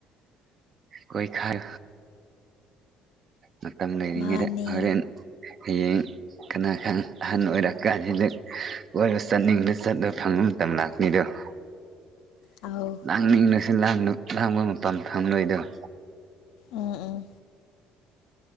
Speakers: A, on the right; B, on the left.
A: ꯀꯣꯏ ꯈꯥꯏ ꯃꯇꯝ ꯂꯩꯅꯤꯡꯉꯗꯔ
B: ꯃꯥꯅꯦ
A: ꯍꯌꯦꯡ ꯀꯅꯥ ꯈꯪ ꯑꯍꯟ ꯑꯣꯏꯔꯛꯀꯥꯟ ꯍꯗꯛ ꯑꯣꯏꯔꯣ ꯆꯠꯅꯤꯡꯗ ꯆꯠꯂꯣ ꯐꯪꯕ ꯃꯇꯝ ꯂꯥꯛꯅꯤꯗꯣ <inaudible>
B: ꯑꯥꯎ
A: ꯂꯥꯡꯅꯤꯡꯂꯁꯨ ꯂꯥꯡꯕ ꯃꯄꯥꯟ ꯐꯝꯂꯣꯏꯗꯕ
B: ꯑꯥ ꯑꯥ